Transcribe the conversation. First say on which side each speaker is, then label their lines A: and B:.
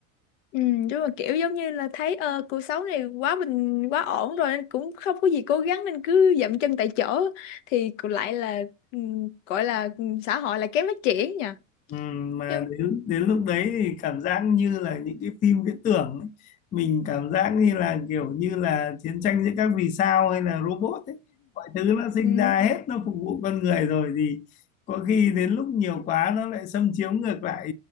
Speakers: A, on the left; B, on the left.
A: ừ, đúng là kiểu giống như là thấy ờ, cuộc sống này quá bình quá ổn rồi nên cũng không có gì cố gắng nên cứ dậm chân tại chỗ thì cũng lại là ừ, gọi là ừ, xã hội là kém phát triển nhỉ
B: Ừ, mà
A: nhưng
B: đến đến lúc đấy thì cảm giác như là những cái phim viễn tưởng ấy. Mình cảm giác như là kiểu như là chiến tranh giữa các vì sao hay là robot ấy mọi thứ nó sinh ra
A: <laughs>
B: hết nó phục vụ con người rồi thì có khi đến lúc nhiều quá nó lại xâm chiếm ngược lại